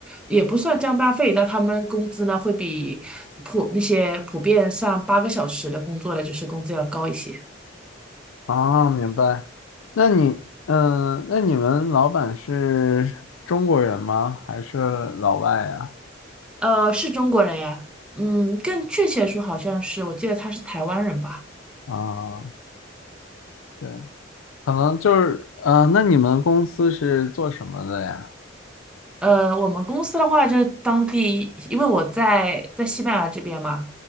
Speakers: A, in the centre; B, on the left.
A: 也不算加班费，但他们工资呢会比普那些普遍上八个小时的工作的就是工资要高一些。
B: 啊，明白。那你，嗯，那你们老板是中国人吗？还是老外呀？
A: 呃，是中国人呀，嗯，更确切说好像是，我记得他是台湾人吧。
B: 啊，对。可能就是，呃，那你们公司是做什么的呀？
A: 呃，我们公司的话就是当地，因为我在在西班牙这边嘛，